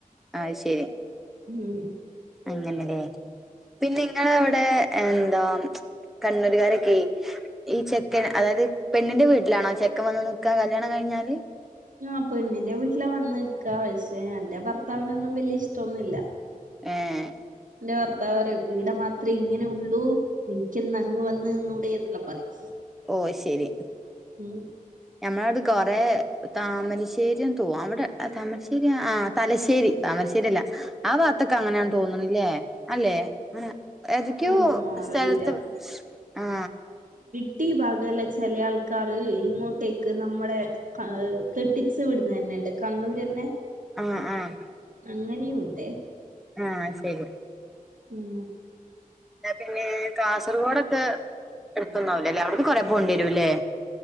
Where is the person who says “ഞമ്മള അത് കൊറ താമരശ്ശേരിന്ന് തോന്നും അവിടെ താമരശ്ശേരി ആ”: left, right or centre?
Centre